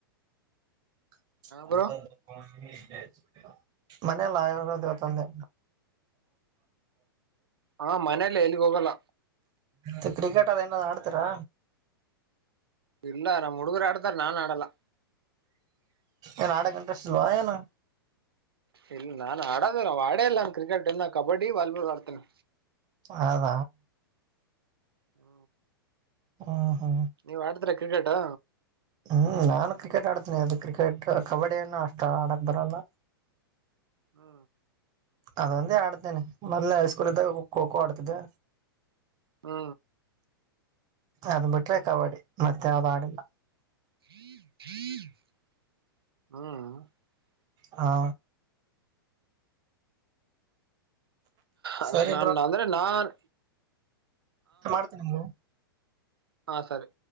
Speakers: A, on the right; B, on the right.
A: <unintelligible>
B: ಬ್ರೋ
A: ಮನೆಲ್ಲ ಇರದ ಅಂತ ಅಂದೆ
B: ಹಾ ಮನೇಲಿ ಎಲ್ಗ ಹೋಗಲ್ಲ
A: ಮತ್ತ ಕ್ರಿಕೆಟ್ ಏನರ ಆಡ್ತೀರಾ
B: ಇಲ್ಲ ನಮ್ಮ ಹುಡುಗರು ಆಡ್ತಾರ ನಾನ್ ಆಡಲ್
A: ಏನ್ ಆಡಕ ಇಂಟ್ರೆಸ್ಟ್ಲ್ ಏನು
B: ಇಲ್ಲ ನಾನ್ ಆಡೋದಿಲ್ಲ ಆಡೇ ಇಲ್ಲ ನಾನ ಕ್ರಿಕೆಟ್ ಕಬಡ್ಡಿ ವಾಲಿಬಾಲ್ ಆಡ್ತೇನೀ
A: ಹೌದ
B: ಹ್ಮ
A: ಹ ಹಾ
B: ನೀವ್ ಆಡ್ದ್ರ ಕ್ರಿಕೆಟಾ
A: ಹ್ಮ್ ನಾನು ಕ್ರಿಕೆಟ್ ಆಡ್ತೀನಿ ಅದು ಕ್ರಿಕೆಟ್ ಕಬಡ್ಡಿಯನ್ನು ಅಷ್ಟ ಆಡಕ್ ಬರಲ್ಲ
B: ಹ್ಮ
A: ಅದೊಂದೇ ಆಡ್ತೇನೆ ಮೊದಲೆ ಹೈಸ್ಕೂಲ್ ಇದ್ದಾಗ ಖೋ ಖೋ ಆಡುತ್ತಿದ್ದೆ
B: ಹ್ಮ
A: ಅದು ಬಿಟ್ರೆ ಕಬಡ್ಡಿ ಮತ್ತೆ ಯಾವ್ದ್ ಆಡಿಲ್ಲ
B: ಹ್ಮ
A: ಹಾ
B: ಅ
A: ಸರಿ
B: ನಾನ ಅಂದ್ರೆ ನಾನ್
A: ಮಾಡ್ತೀನ್ ಬ್ರೋ
B: ಹಾ ಸರಿ.